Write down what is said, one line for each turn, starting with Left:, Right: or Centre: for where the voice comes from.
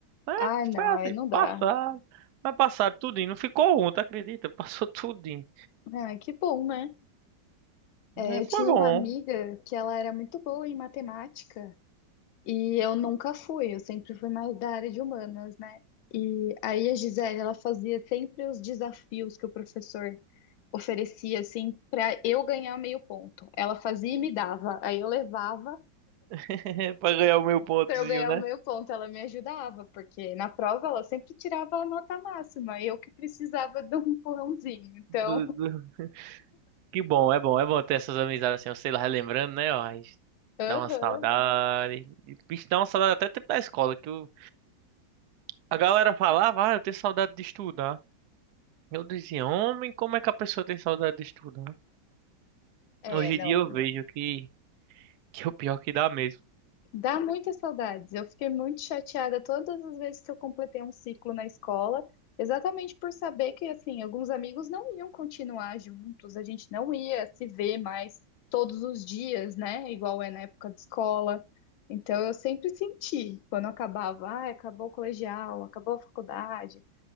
Right: Mas
Left: Ah, não,
Right: foi assim,
Left: aí não dá.
Right: passar, mas passaram tudinho, não ficou um, tu acredita? <laughs> Passou tudinho.
Left: Ah, que bom, né? É,
Right: É,
Left: eu
Right: foi
Left: tinha
Right: bom,
Left: uma amiga que ela era muito boa em matemática e eu nunca fui, eu sempre fui mais da área de humanas, né? E aí a Gisele, ela fazia sempre os desafios que o professor oferecia, assim, para eu ganhar meio ponto. Ela fazia e me dava, aí eu levava.
Right: <laughs> pra ganhar o meu pontozinho,
Left: Para eu ganhar
Right: né?
Left: o meu ponto, ela me ajudava, porque na prova ela sempre tirava a nota máxima, eu que precisava de um empurrãozinho. Então,
Right: Do- do- Que bom, é bom, é bom ter essas amizades assim, eu sei lá, relembrando, né? Ó, aí
Left: <laughs>
Right: dá
Left: aham,
Right: uma saudade, E, bicho, dá uma saudade até tempo da escola, que o- a galera falava, ah, eu tenho saudade de estudar. Eu dizia, homem, como é que a pessoa tem saudade de estudar?
Left: É,
Right: Hoje
Left: não,
Right: em dia eu vejo que, que é o pior que dá mesmo.
Left: dá muitas saudades. Eu fiquei muito chateada todas as vezes que eu completei um ciclo na escola, exatamente por saber que, assim, alguns amigos não iam continuar juntos, a gente não ia se ver mais todos os dias, né? Igual é na época de escola. Então, eu sempre senti, quando acabava, ah, acabou o colegial, acabou a faculdade.